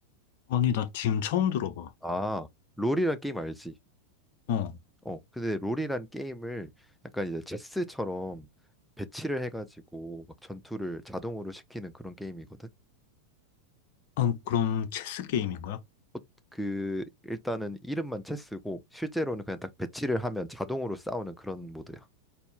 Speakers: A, on the left; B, in the centre.
A: 아니, 나 지금 처음 들어봐.
B: 아, 롤이란 게임 알지?
A: 어.
B: 어, 근데 롤이란 게임을 약간 이제 체스처럼 배치를 해가지고 막 전투를 자동으로 시키는 그런 게임이거든.
A: 아, 그럼 체스 게임인 거야?
B: 어, 그 일단은 이름만 체스고 실제로는 그냥 딱 배치를 하면 자동으로 싸우는 그런 모드야.